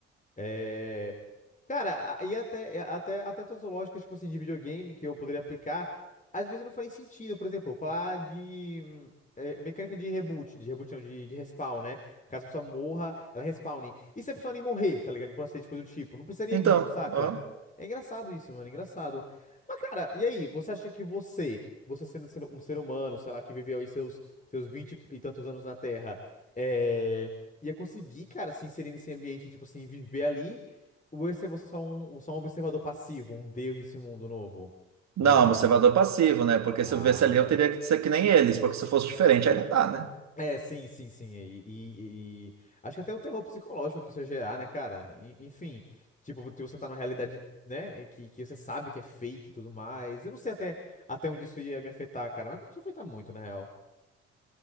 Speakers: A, on the left; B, on the right.
A: É, Cara, a- e até, é, até, até outras lógicas, tipo assim, de videogame que eu poderia aplicar, às vezes não faz sentido. Por exemplo, falar de hum, eh, mecânica de reboot, de reboot não, de, de respawn, né? Caso a pessoa morra, ela respawne. E se a pessoa nem morrer, tá ligado? Por acidente, coisa do tipo. Não precisaria
B: Então,
A: disso, saca?
B: aham.
A: É engraçado isso, mano, é engraçado. Mas, cara, e aí? Você acha que você, você sendo sendo um ser humano, sei lá, que viveu aí seus, seus 20 e tantos anos na Terra, é... ia conseguir, cara, se inserir nesse ambiente, tipo assim, viver ali? Ou esse é você só um, só um observador passivo, um deus desse mundo novo?
B: Não,
A: Legal.
B: observador passivo, né? Porque
A: Ah.
B: se eu vivesse ali, eu teria que ser que nem eles, porque se eu fosse diferente, aí não dá, né?
A: É, sim, sim, sim. E, e- e- acho que até o terror psicológico que isso ia gerar, né, cara? E- enfim, tipo, se você tá numa realidade, né, e que, que você sabe que é fake e tudo mais. Eu não sei até, até onde isso ia me afetar, cara, mas pode afetar muito, na real.